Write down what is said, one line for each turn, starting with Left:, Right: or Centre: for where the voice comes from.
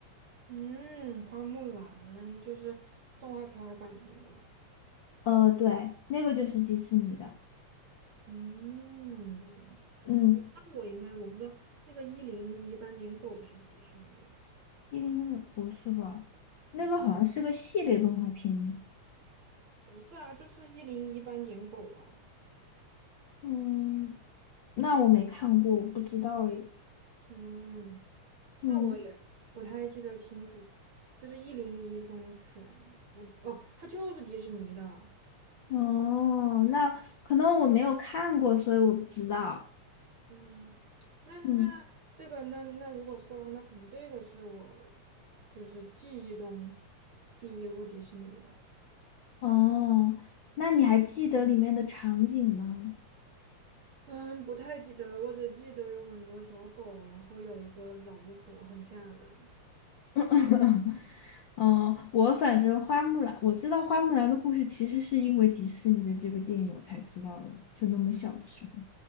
Right: 嗯，花木兰就是动画片儿版的那个。
Left: 呃，对，那个就是迪士尼的。
Right: 嗯，
Left: 嗯，
Right: 我那我应该我不知道那个一零一斑点狗是不是迪士尼的呀？
Left: 一零八不是吧？
Right: 不是，
Left: 那个好像是个系列动画片呢。
Right: 不是啊，就是一零一斑点狗啊。
Left: 嗯，那我没看过，我不知道诶。
Right: 嗯，
Left: 嗯。
Right: 那我也不太记得清楚，就是一零一忠犬，我哦，它就是迪士尼的。
Left: 哦，那可能我没有看过，所以我不知道。
Right: 嗯，那那这个那那如果是的话，
Left: 嗯，
Right: 那可能这个是我就是记忆中第一部迪士尼的。
Left: 哦，那你还记得里面的场景吗？
Right: 嗯，不太记得了，我只记得有很多小狗，然后有一个老巫婆，很吓人。
Left: <laughs> 嗯，我反正花木兰，我知道花木兰的故事其实是因为迪士尼的这个电影我才知道的，就那么小的时候。